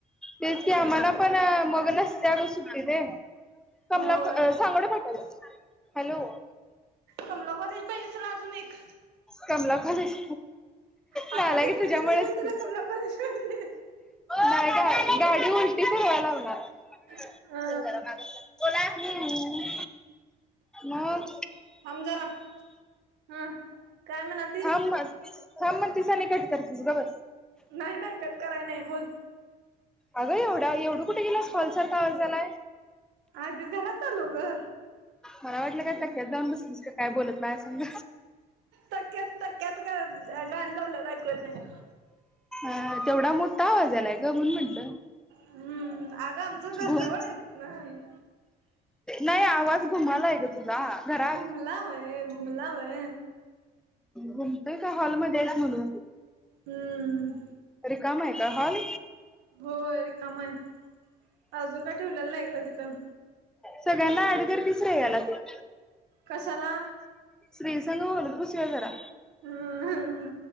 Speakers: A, in the centre; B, on the right.
A: तेच की आम्हाला पण मग नसतिया ग सुट्टी तेन. कमला
B: होय.
A: सांगोडे फाट्याला, हॅलो.
B: कमला कॉलेज पाहिजे तूला अजून एक.
A: कमला कॉलेज
B: आता
A: नालायक
B: तिथन
A: तुझ्यामुळेच
B: नच येऊन तुला
A: की
B: कमला कॉलेज पाहिजे.
A: नाही का गाडी उलटी फिरवाय लावनार.
B: अ
A: चल जरा माग सर, बोला. मग.
B: थांब जरा. हा काय म्हणालतीस?
A: थांब मग थांब म्हणतिस आणि कट करतीस गप बस.
B: नाही नाही कट कराय नाही बोल.
A: अगं एवढा एवढं कुठे गेलास कॉलसारखा आवाज यालाय.
B: अगं घरात आलो ग.
A: मला वाटलं काय तक्यात जाऊन बसलीस का काय बोलत माझ्या संग
B: तक्यात तक्यात ग गाणी लावल्यात ऐकू येत नाही.
A: अ तेवढा मोठा आवाज यालाय ग म्हणून म्हंटलं.
B: हम्म आगं आमचं घर
A: घु
B: जवळ आहे तिथन.
A: नाही आवाज घुमालाय ग तुझा. घरात
B: घुमला वय घुमला वय.
A: घुमतोय का हॉलमध्ये आहेस म्हणून,
B: हम्म.
A: रिकामा आहे. का हॉल.
B: होय रिकाम हाय, अजून काय ठेवलेल नाही ग तिथं.
A: सगळ्यांना ॲड कर की श्रेयाला तेन.
B: कशाला.
A: श्री संग बोलत बसूया जरा.
B: हम्म